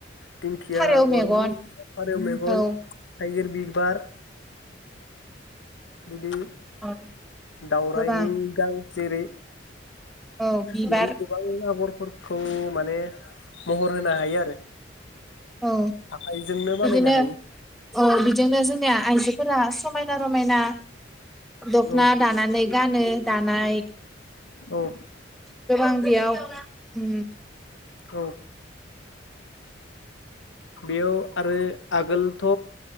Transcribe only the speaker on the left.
दिंखिया
आगर
फारौ मेगन
थाइगिर बिबार बिदि
दावरायनि
गां जेरै
बिदि गोबां आगरफो फोरखौ माने महर होनो हायो आरो
आखाइजोंनो
बानायनो हायो
औ
औ
औ बेयाव आरो आगोलथ'